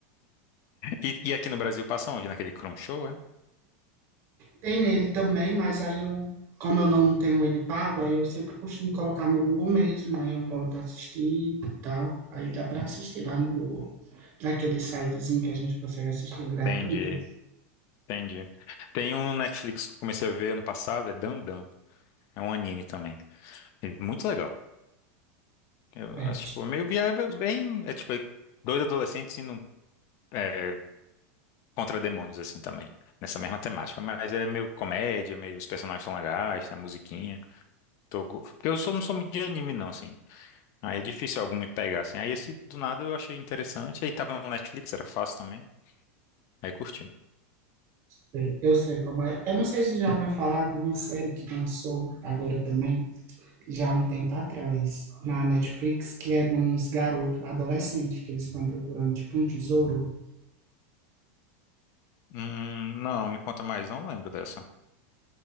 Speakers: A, on the left; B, on the right.
A: E, e aqui no Brasil passa onde? Naquele Chrome Show, é?
B: Tem nele também, mas aí eu, como eu não tenho ele pago, aí eu sempre costumo colocar no Google mesmo, aí eu volto a assistir e tal, aí dá para assistir lá no Google. Aquele sitezinho que a gente consegue assistir gratuito.
A: Entendi, entendi. Tem um Netflix que eu comecei a ver ano passado, é Dandan. É um anime também. É muito legal. Eu
B: É,
A: acho, tipo, meio viável, bem. É tipo dois adolescentes indo é, contra demônios, assim também. Nessa mesma temática. Mas é meio comédia, meio os personagens são legais, tem a musiquinha. Tô... go- Porque eu sou, não sou muito de anime, não, assim. Aí é difícil algum me pegar, assim. Aí esse do nada eu achei interessante. Aí tava no Netflix, era fácil também. Aí curti.
B: sei, eu sei como é. Eu não sei se já ouviu falar de uma série que lançou agora também, já há um tempo atrás, na Netflix, que é de uns garotos, adolescentes, que eles estão procurando, tipo, um tesouro.
A: Hum, não, me conta mais, não lembro dessa.